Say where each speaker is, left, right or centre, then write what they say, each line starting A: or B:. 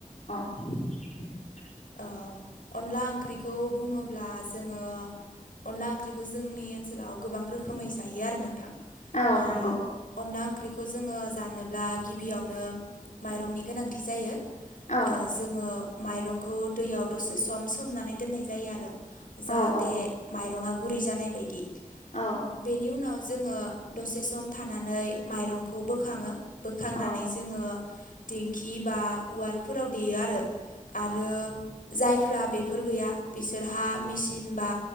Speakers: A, on the left; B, on the left.
A: <inaudible>
B: औ अनला ओंख्रिखौ बुङोब्ला जोङो अनला ओंख्रिखौ जोंनि ओनसोल ओनसोलाव गोबां रोखोमै जायो आरो नोंथां
A: औ
B: ओ
A: नंगौ
B: अनला ओंख्रिखौ जोङो जानोब्ला गिबियावनो माइरंनि गोनांथि जायो
A: औ
B: ओ जोङो माइरं खौ दैयाव दसे सम सोमनानै दोननाय जायो आरो
A: औ
B: जाहाथे
A: औ
B: माइरङा गुरै जानाय बायदि
A: औ
B: बेनि उनाव जोङो दसे सम थानानै माइरंखौ खौ बोखाङो बोखांनानै
A: औ
B: जोङो दिंखि बा उवालफोराव देयो आरो आरो जायफ्रा बेफोर गैया बिसोरहा मेसिन बा